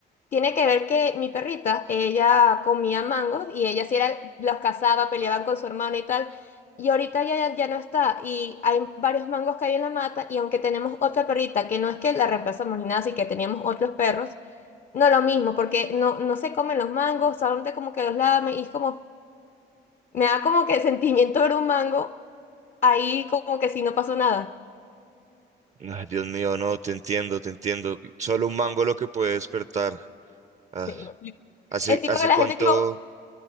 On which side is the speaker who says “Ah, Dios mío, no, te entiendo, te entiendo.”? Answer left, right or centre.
Right